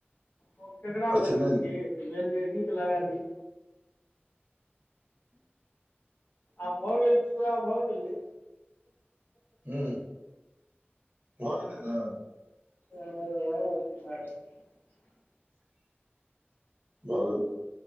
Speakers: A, on the left; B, on the right.
A: ककरा लगेतिये
B: अच्छा नहि नहि
A: त भेल जे अहीँ के लगा दी। आब भऽ गेल पुरा भऽ गेलै।
B: हूँ भऽ गेलै ने।
A: ते हां <unintelligible>
B: भऽ गेल